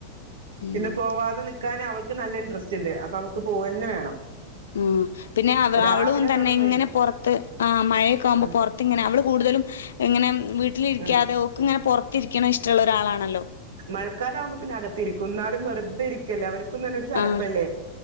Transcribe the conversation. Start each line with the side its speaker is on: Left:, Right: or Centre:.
Left: ഉം
Right: പിന്നെ പോവാതെ നി ക്കാൻ അവൾക്ക് നല്ല ഇൻട്രസ്റ്റ്ണ്ട് അപ്പൊ അവക്ക് പോവന്നെ വേണം
Left: ഉം പിന്നെ അവ
Right: രാവിലെ
Left: അവളും തന്നെ
Right: തുടങ്ങുവേ
Left: ഇങ്ങനെ പുറത്ത് ആഹ് മഴയൊക്കെ ആവുമ്പോ
Right: ഉം
Left: പുറ ത്ത്ങ്ങനെ അവള് കൂടുതലും ഇങ്ങനെ വീട്ടിലിരിക്കാതെ
Right: ഉം
Left: ഒക്ക്ങ്ങനെപൊറത്തിരിക്കണ ഇഷ്ടമുള്ള ഒരാളാണല്ലോ
Right: മഴക്കാലാകുമ്പോൾ പിന്നകത്തിരിക്കുംന്നാലും വെറുതെരി ക്കല്ലേ അവർക്കും തന്നെ ഒരു ചടപ്പല്ലേ
Left: ആഹ്